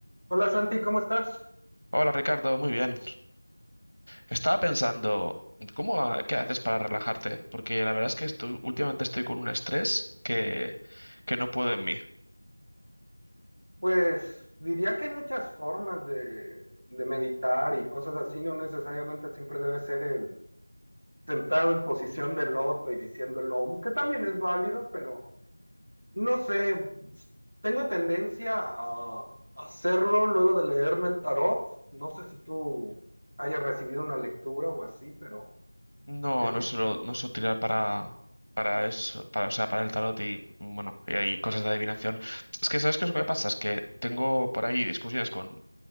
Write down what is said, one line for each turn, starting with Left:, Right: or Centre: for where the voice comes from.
Right: Hola Santi, ¿cómo estás?
Left: Hola Ricardo, muy bien. Estaba pensando, ¿cómo, ha- qué haces para relajarte? Porque la verdad es que estu- últimamente estoy con un estrés que, que no puedo en mí.
Right: Pues diría que hay muchas formas de, de meditar y cosas así, no necesariamente siempre debe ser el sentado en posición de loto y diciendo el OM, que también es válido, pero no sé, tengo tendencia a hacerlo luego de leerme el tarot, no sé si tú hayas recibido una lectura o así, pero
Left: No,
Right: eh,
Left: no suelo, no suelo tirar para, para eso, para, o sea, para el tarot y bueno, y hay cosas de adivinación. Es que, ¿sabes qué es lo que pasa? Es que tengo por ahí discusiones con